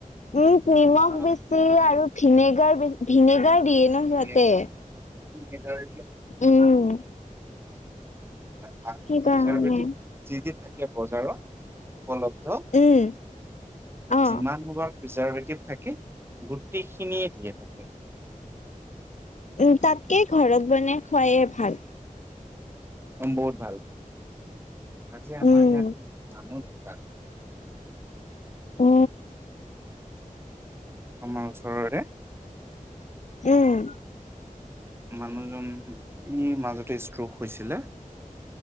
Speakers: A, on the left; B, on the right.
A: উ নিমখ
B: আহ,
A: বেছ- সেইয়ে আৰু ভিনেগাৰ বেছ ভিনেগাৰ দিয়ে ন
B: ভিনেগাৰ
A: সিহঁতে।
B: ভিনেগাৰ দিয়ে।
A: উম।
B: বাকী
A: সেইকাৰণে
B: প্ৰিজাৰভেটিভ যি যি থাকে বজাৰত উপলব্ধ।
A: উম। অ'।
B: যিমান মোবাৰ প্ৰিজাৰ্ভেটিভ থাকে গোটেইখিনিয়ে দিয়ে তাতে।
A: উম, তাতকে ঘৰত বনাই খুৱাইয়ে ভাল।
B: উম বহুত ভাল পাওঁ, আজি আমাৰ
A: উম,
B: ইয়াতে মানুহ ঢোকাল।
A: অ।
B: আমাৰ ওচৰৰে
A: উম।
B: মানুহ এজন ই মাজতে ষ্ট্ৰক হৈছিলে।